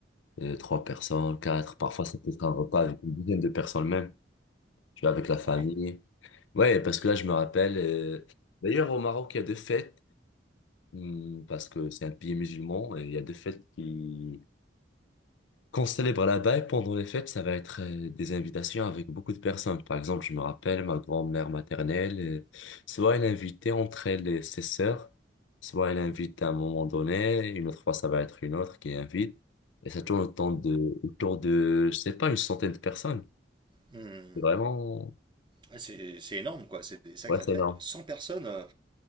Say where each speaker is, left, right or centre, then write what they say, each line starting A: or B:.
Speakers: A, on the left; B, on the right.
A: euh, trois personnes, quatre. Parfois, ça peut être un repas avec une dizaine de personnes même. tu vois, avec la famille.
B: Ouais.
A: Ouais, parce que là, je me rappelle, euh, d'ailleurs, au Maroc, il y a deux fêtes, hum, parce que c'est un pays musulman, et il y a deux fêtes qui, qu'on célèbre là-bas, et pendant les fêtes, ça va être euh, des invitations avec beaucoup de personnes. Par exemple, je me rappelle, ma grand-mère maternelle, euh, soit elle invitait entre elle et ses sœurs, soit elle invite à un moment donné, une autre fois, ça va être une autre qui invite, et ça tourne autour de, autour de, je sais pas, une centaine de personnes.
B: Hmm.
A: C'est vraiment,
B: Ouais, C'est c'est énorme quoi, c'est des sacrées
A: ouais, c'est
B: fêtes.
A: énorme.
B: 100 personnes, euh,